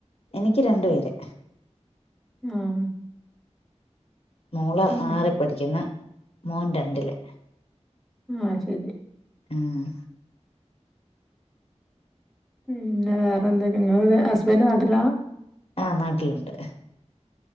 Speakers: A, on the left; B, in the centre.
A: എനിക്ക് രണ്ടു പേര്
B: ആഹ്
A: മോള്
B: ഉം
A: ആറി പഠിക്കുന്ന് മോൻ രണ്ടില്
B: ആ ശരി
A: ആഹ്
B: ഉം ന്നെ വേറെന്തൊക്കെ ഇങ്ങളെ ഹസ്ബൻഡ് നാട്ടിലാ?
A: ആ നാട്ടിലുണ്ട്.